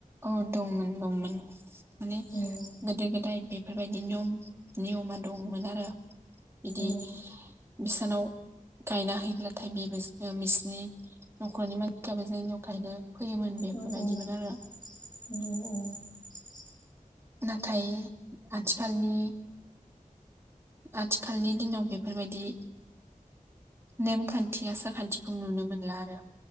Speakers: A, on the right (about 20°); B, on the left (about 30°).
A: औ दंमोन दंमोन माने
B: औ
A: गोदो गोदाय बे फोरबायदि नियम नियमा दंमोन आरो बिदि
B: औ
A: बिसानाव गायना हैयोब्लाथाय बेबो बिसनि नखरनि मानसियाबो जोंनियाव गायनो फैयोमोन बेफोरबायदिमोन
B: औ औ
A: आरो
B: <unintelligible>
A: नाथाय आथिखालनि आथिखालनि दिनाव बेफोरबायदि नेमखान्थि आसार खान्थिखौ नुनो मोनला आरो